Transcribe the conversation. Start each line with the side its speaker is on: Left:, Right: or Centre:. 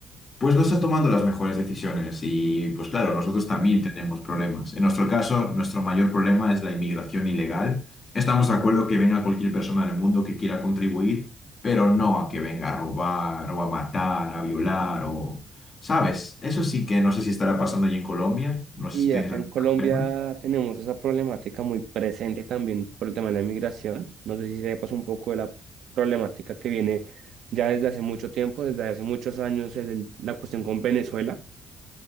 Left: Pues no está tomando las mejores decisiones y pues claro, nosotros también tenemos problemas. En nuestro caso, nuestro mayor problema es la inmigración ilegal. Estamos de acuerdo que venga cualquier persona del mundo que quiera contribuir, pero no a que venga a robar o a matar, a violar o... ¿Sabes? Eso sí que no sé si estará pasando allí en Colombia. No sé
Right: Y
Left: si tienes
Right: acá
Left: algún
Right: en Colombia
Left: problema.
Right: tenemos esa problemática muy presente también por el tema de la inmigración. No sé si sepas un poco de la problemática que viene ya desde hace mucho tiempo, desde hace muchos años, el- la cuestión con Venezuela.